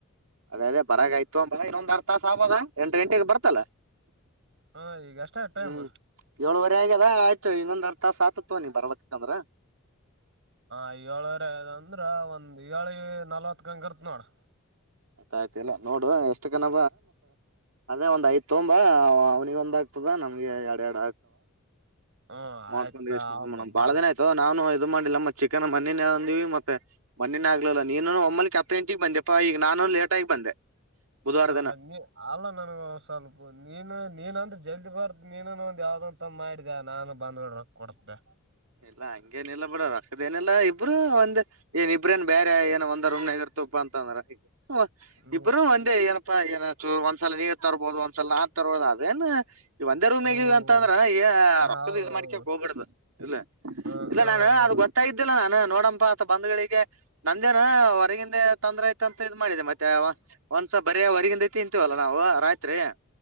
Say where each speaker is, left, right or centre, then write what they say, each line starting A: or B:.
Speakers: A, on the right (about 85°); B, on the right (about 60°).
A: ಅದೇ ಅದೇ ಬರಾಗ ಆಯ್ತು ಒಂದೇ ತಾಸ್ ಆಗಬಹುದಲ್ಲ ಎಂಟು ಗಂಟೆಗೆ ಬರ್ತಲ್ಲ
B: ಹಾ ಈಗ ಅಷ್ಟೇ ಟೈಮ್
A: ಹ್ಮ್ ಏಳುವರೆ ಆಗ್ಯದ ಆಯ್ತು ಇನ್ನೊಂದ್ ಅರ್ಥ ಸಾತತ್ವನಿ ಬರ್ಬೇಕಂದ್ರ
B: ಏಳುವರೆ ಆಗಿದೆ ಅಂದ್ರೆ ಒಂದು ಏಳು ನಲವತ್ತು ಕ್ಕೆ ಅಲ್ಲಿರ್ತಿ ನೋಡು
A: ಆಯ್ತಾ ನೋಡು ಇಷ್ಟ ಕಣೋ ಆತೋಯ್ತಮ್ಮ ಅವನಿಗೆ ಕೊಡನ ನಾವೇ
B: ಹ್ಮ
A: ಮಾಡ್ಕೊಂಡು
B: ಆಯ್ತ
A: ಎಷ್ಟ
B: ಬಾ
A: ಬಾಳ ದಿನ ಆಯ್ತ ನಾನುಯ ಇದ್ದು ಅದು ಮಾಡಿಲ್ಲ ಮತ್ತತ್ ಚಿಕನ್ ಮ್ಣ ಅಂದಿವ ಮತ್ತ ಮಣ್ಣೇ ಆಗ್ಲಿಲ್ಲಲ್ಲ ನೀನು ಒಮ್ಮಲಿ ಗಂಟೆಗೆ ಬಂದೆ ನಾನು ಲೇಟ್ ಆಗಿ ಬಂದೆ ಬುಧವಾರ
B: ಹ
A: ದಿನ
B: ಮತ್ ನೀ ಅಲ್ಲ ನನ್ಗ ಸ್ವಲ್ಪು ನೀನು ನೀನ್ಂದ್ರ ಜಲ್ದಿ ಬರ್ದ ನೀನ ಒಂದ್ ಯಾವ್ದಂತ ಮಾಡಿದ್ಯ ನಾನು ಬಂದ್ಡ <unintelligible> ಕೊಡತ್ಯ್.
A: ಇಲ್ಲ ಹಂಗೇನ ಇಲ್ಲ ಬಿಡ ರೊಕ್ಕದ ಏನಿಲ್ಲಾ ಇಬ್ರು ಒಂದ್ ಏನ್ ಇಬ್ರೇನ್ ಬ್ಯಾರೆ ಏನ ಒಂದ ರೂಮನ್ಯಾಗ್ ತೇವಪ್ಪಾ ಅಂತಂದ್ರ <unintelligible>
B: ಹ್ಮ್
A: ಇಬ್ಬರು ಒಂದೇ ಏನಪ್ಪಾ ಏನ. ತೂ ಒಂದ್ಸಲ ನೀವು ತರ್ಬೋದು ಒಂದ್ಸಲ ನಾ ತರ್ಬೋದು. ಅವೇನ್ ಈ ಒಂದೇ ರೂಮನಾಗಿವ
B: ಹ್ಮ್
A: ಅಂತ ಅಂದ್ರ ಈ ರೊಕ್ಕದ
B: ಹೌದೌದು
A: ಇದ್ ಮಾಡ್ಕಕ್ ಹೋಬ್ಯಡ್ದು ಇಲ್ಲ. ಇಲ್ಲ
B: ಹ ಹ
A: ನಾನು
B: ಹ
A: ಅದು ಗೊತ್ತಾಗಿದ್ದಿಲ್ಲ. ನಾನ ನೋಡಮಬಾ ಆತ ಬಂದ್ಗಳಿಗೆ ನಂದೇನ ಹೊರಗಿಂದೆ ತಂದ್ರ ಆಯತಂತ. ತ ಇದ್ ಮಾಡಿದೆ ಮತ್ತೆ ಒಂದ್ಸ ಬರಿ ಹೊರ್ಗಿಂದ ತಿಂತೀವಲ್ಲ ನಾವು ರಾತ್ರಿ.